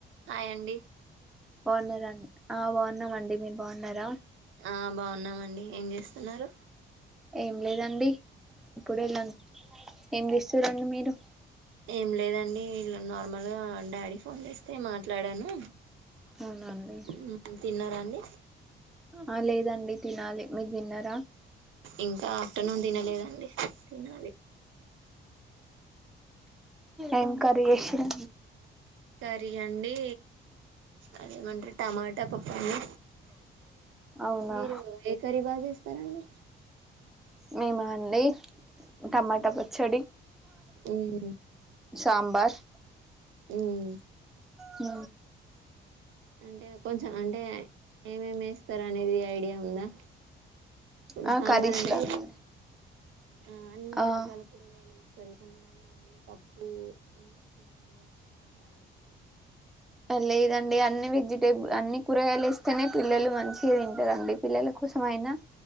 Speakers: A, on the right (about 80°); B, in the centre.
A: హాయండి
B: బాగున్నారన్ ఆ బాగున్నామండి మీరు బాగున్నారా
A: ఆ బాగున్నామండి ఏం చేస్తున్నారు
B: ఏం లేదండి ఇప్పుడు వెళ్ళన్ ఏం చేస్తురండి మీరు
A: ఏం లేదండి ఇల్ నార్మల్గా డాడీ ఫోన్ చేస్తే మాట్లాడాను
B: అవునండి
A: మ్మ్ తిన్నరా అండి
B: ఆ లేదండి తినాలి మీరు దిన్నారా
A: ఇంకా ఆఫ్టర్నూన్ దినలేదండి తినాలి
B: ఏం కర్రీ చేషిర్
A: కర్రీ అండి అదేమంటరు టమాటా పప్పండి
B: అవునా
A: మీరు ఏ కర్రీ బా చేస్తారండి
B: మేమా అండి టమాటా పచ్చడి
A: ఉమ్
B: సాంబార్
A: మ్మ్
B: అ
A: అంటే కొంచెం అంటే ఏమేమి ఎస్తారు అనేది ఐడియా ఉందా ఇప్పుడు
B: ఆ
A: సాంబార్
B: కర్రీస్లోనండి
A: అంటే ఆ అన్ని
B: ఆ
A: రకాల కూరగాయలేసి ఇస్తారు కొంతమంది ఓన్లీ పప్పు ఉన్న చింతపండి చార్లా చేసుకుంటారు
B: లేదండి అన్ని వెజిటేబ్ అన్ని కూరగాయలు ఇస్తేనే పిల్లలు మంచిగా తింటరండి పిల్లలకు కోసమైనా